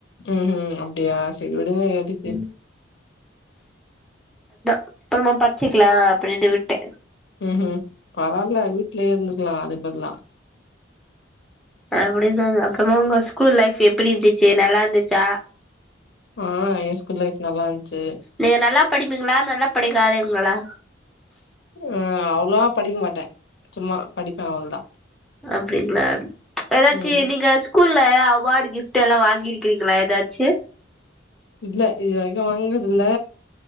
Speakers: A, on the left (about 60°); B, in the centre.
A: ம்ஹீம் அப்டியா சேரி விடுங்க எதுக்கு
B: ம் அப்பறமா படிச்சிக்கலா அப்படின்டு விட்ட
A: ம்ஹூம் பரவால்ல வீட்லயே இருந்துருக்கலாம் அதுக்கு பதிலா
B: அப்படி தாங்க, அப்பறமா உங்க ஸ்கூல் லைஃப் எப்டி இருந்துச்சு நல்லா இருந்துசா
A: ஆ ஏ ஸ்கூல் லைஃப் நல்லா இருந்துச்சு
B: நீங்க நல்லா படிப்பீங்களா நல்லா படிக்காதவ ங்களா
A: ஆ அவ்ளோவா படிக்க மாட்டே சும்மா படிப்பே அவ்வளதா
B: அப்டிங்களா ஏதாச்சி
A: ம்
B: நீங்க ஸ்கூல்ல அவாடு, கிஃப்ட்லா வாங்கிருக்கிறீங்களா ஏதாச்சி
A: இல்ல, இது வரைக்கு வாங்னதுல்ல